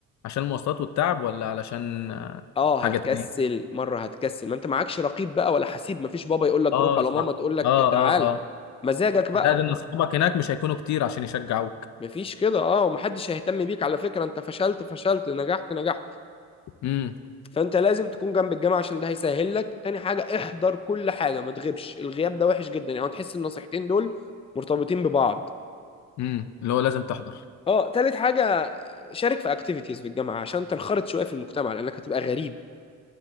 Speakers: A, on the left; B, on the left.
A: عشان المواصلات والتعب ولا علشان
B: اه
A: حاجة
B: هتكسل
A: تانية
B: مره هتكسل ما انت معكش رقيب بقى ولا حسيب مفيش بابا يقول لك
A: اه
B: روح ولا
A: صح
B: ماما تقول لك
A: اه
B: تعالى
A: اه اه
B: مزاجك بقى
A: زائد ان اصحابك هناك مش هيكونوا كتير عشان يشجعوك
B: مفيش كده اه ومحدش هيهتم بيك على فكرة انت فشلت فشلت نجحت نجحت
A: امم
B: فانت لازم تكون جنب الجامعة عشان ده هيسهل لك تاني حاجة احضر كل حاجة ما تغيبش الغياب ده وحش جدا يعني تحس النصيحتين دول مرتبطين ببعض
A: امم اللي هو لازم تحضر
B: اه تالت حاجة شارك في اكتيفيتيز في الجامعة عشان تنخرط شوية في المجتمع لانك هتبقى غريب